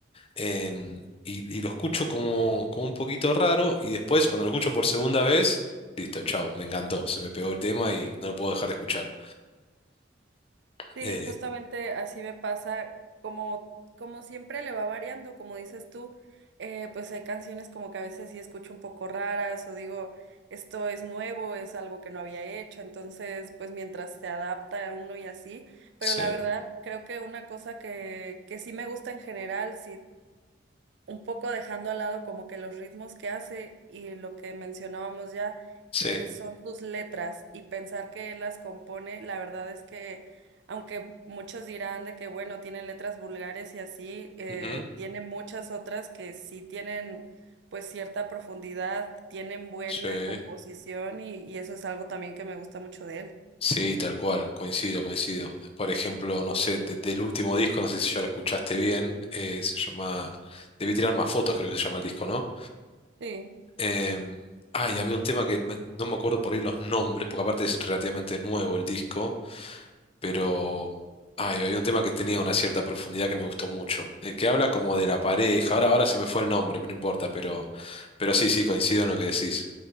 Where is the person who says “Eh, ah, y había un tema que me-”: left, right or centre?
Left